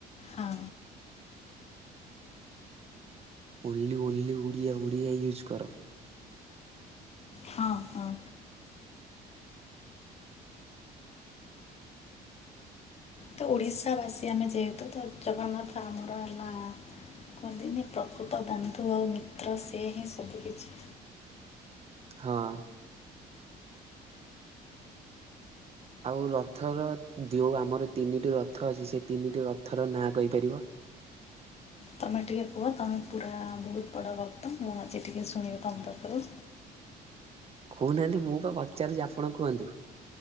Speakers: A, on the left (about 40°); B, on the right (about 35°).
A: ହଁ।
B: Only only Odia Odia use କର।
A: ହଁ ହଁ। ତ ଓଡ଼ିଶାବାସୀ ଆମେ ଯେହେତୁ ତ ଜଗନ୍ନାଥ ଆମର ହେଲା କଦିନୀ ପ୍ରକୃତ ବନ୍ଧୁ ଆଉ ମିତ୍ର ସେ ହିଁ ସବୁକିଛି।
B: ହଁ। ଆଉ ରଥର ଯେଉଁ ଆମର ତିନିଟି ରଥ ଅଛି ସେ ତିନିଟି ରଥର ନାଁ କହିପାରିବ?
A: ତମେ ଟିକେ କୁହ ତମେ ପୁରା ବହୁତ ବଡ଼ ଭକ୍ତ ମୁଁ ଆଜି ଟିକେ ଶୁଣିବି ତମ ପାଖରୁ
B: କହୁନାହାନ୍ତି ମୁଁ ପା ପଚାରୁଚି ଆପଣ କୁହନ୍ତୁ।